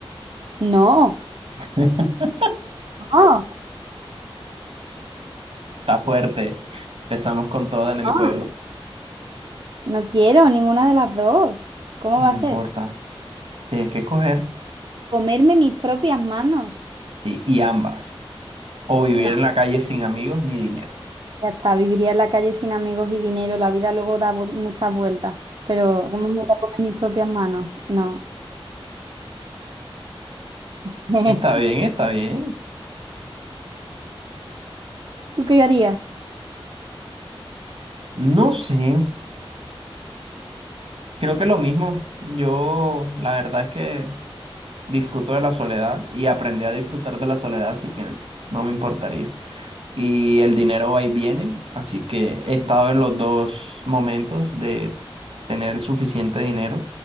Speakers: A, on the right; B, on the right.
A: No,
B: <laughs>
A: no,
B: Está fuerte. Empezamos con toda en el
A: no.
B: juego.
A: No quiero ninguna de las dos. ¿Cómo
B: No
A: va a
B: importa.
A: ser?
B: Tienes que escoger.
A: Comerme mis propias manos.
B: Sí, y ambas. O vivir
A: No,
B: en la calle sin amigos ni dinero.
A: Ya está, viviría en la calle sin amigos y dinero. La vida luego da vu- muchas vueltas, pero ¿cómo me voy a comer mis propias manos? No. <laughs>
B: Está bien, está bien.
A: ¿Tú qué harías?
B: No sé, creo que lo mismo. Yo la verdad es que disfruto de la soledad y aprendí a disfrutar de la soledad, así que no me importaría. Y el dinero va y viene, así que he estado en los dos momentos de tener el suficiente dinero